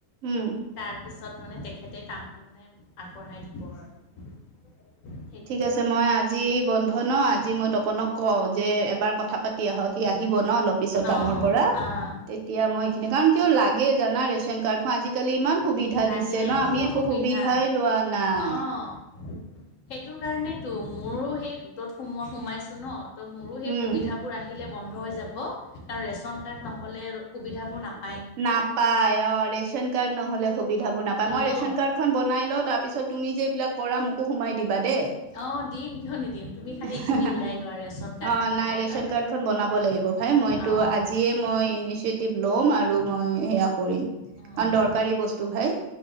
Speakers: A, on the right; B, on the left.
A: উম
B: তাৰপিছত মানে তেখেতে কামটো মানে আগবঢ়াই নিব আৰু। সেইটোৱে
A: ঠিক আছে মই আজি বন্ধ ন' আজি মই তপনক কওঁ যে এবাৰ কথা -পাতি আহক সি আহিব ন' অলপ পিছত কামৰ
B: অঁ
A: পৰা
B: অঁ
A: তেতিয়া মই কাৰণ কিয় লাগে জানা ৰেচন কাৰ্ড খন আজিকালি ইমান সুবিধা
B: লাগে
A: দিছে ন'
B: বহুত
A: আমি একো
B: সুবিধা
A: সুবিধাই লোৱা নাই।
B: অঁ সেইটো কাৰণেতো মোৰো সেই গোটত সোমোৱা সোমাইছো ন' ত' মোৰো
A: উম
B: সেই সুবিধাবোৰ আহিলে বন্ধ হৈ যাব কাৰণ ৰেচন -কাৰ্ড নহ'লে সুবিধাবোৰ নাপা
A: নাপাই অ' ৰেচন -কাৰ্ড নহলে সুবিধাবোৰ নাপায় মই
B: অঁ
A: ৰেচন- কাৰ্ড খন বনাই লও তাৰ পিছত তুমি যে এইবিলাক কৰা মোকো সোমাই দিবা দেই।
B: অঁ দিম কিয় নিদিম তুমি
A: <unintelligible>
B: খালি এইখিনি ওলাই লোৱা ৰেচন কাৰ্ডখিনি
A: অ', নাই
B: ওলাই
A: ৰেচন
B: লোৱা
A: কাৰ্ড খন বনাব লাগিব ভাল এ মইতো
B: অঁ
A: আজিয়ে মই ইনিচিয়েটিভ ল'ম আৰু মই সেয়া কৰিম
B: উম,
A: কাৰন দৰকাৰী বস্তু ভাই।